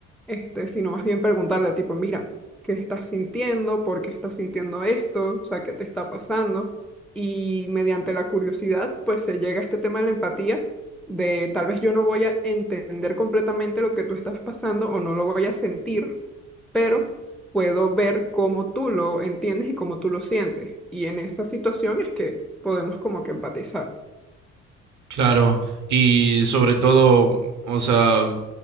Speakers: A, in the centre; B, on the right.
A: este, sino más bien preguntarle, tipo, mira, ¿qué estás sintiendo? ¿Por qué estás sintiendo esto? O sea, ¿qué te está pasando? Y mediante la curiosidad, pues se llega a este tema de la empatía de tal vez yo no voy a entender completamente lo que tú estás pasando o no lo voy a sentir, pero puedo ver cómo tú lo entiendes y cómo tú lo sientes. Y en esa situación es que podemos como que empatizar.
B: claro, y sobre todo, o sea,